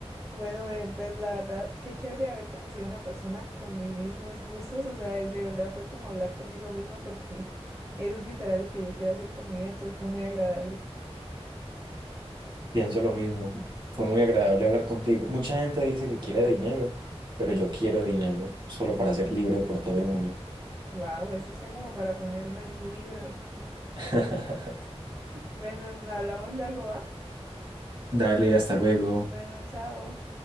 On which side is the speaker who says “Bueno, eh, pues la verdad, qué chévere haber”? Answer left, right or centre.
Right